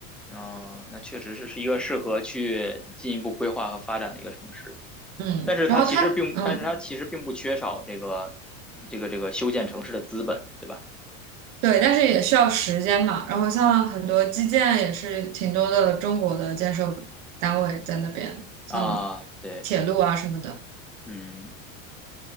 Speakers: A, in the centre; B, on the right.
A: 哦，那确实是是一个适合去进一步规划和发展的一个城市，
B: 嗯，
A: 但是它其实并，
B: 然后它嗯。
A: 但是它其实并不缺少这个这个这个修建城市的资本，对吧？
B: 对，但是也需要时间嘛。然后像很多基建也是挺多的中国的建设单位在那边，像
A: 啊，对对，
B: 铁路啊什么的。
A: 嗯，